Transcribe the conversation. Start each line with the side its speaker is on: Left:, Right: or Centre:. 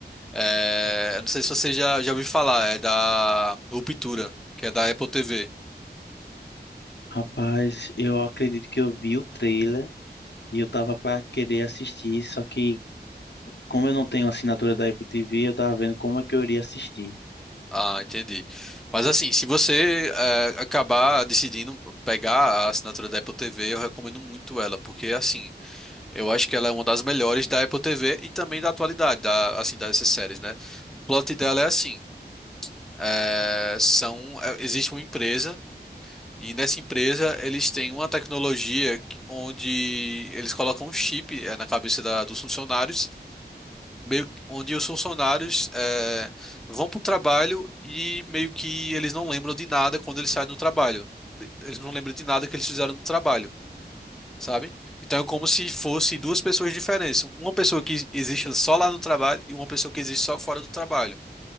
Centre: É, eu não sei se você já, já ouviu falar, é da Ruptura, que é da Apple TV.
Left: Rapaz, eu acredito que eu vi o trailer e eu tava pra querer assistir, só que como eu não tenho assinatura da Apple TV, eu tava vendo como é que eu iria assistir.
Centre: Ah, entendi. Mas assim, se você eh, acabar decidindo pegar a assinatura da Apple TV, eu recomendo muito ela, porque assim, eu acho que ela é uma das melhores da Apple TV e também da atualidade, da, assim, dessas séries, né? O plot dela é assim, eh, são, eh, existe uma empresa e nessa empresa eles têm uma tecnologia que- onde eles colocam um chip eh, na cabeça da- dos funcionários meio que- onde os funcionários eh, vão para o trabalho e meio que eles não lembram de nada quando eles saem do trabalho. Eles não lembram de nada que eles fizeram no trabalho, sabe? Então é como se fosse duas pessoas diferentes. Uma pessoa que existe só lá no trabalho e uma pessoa que existe só fora do trabalho.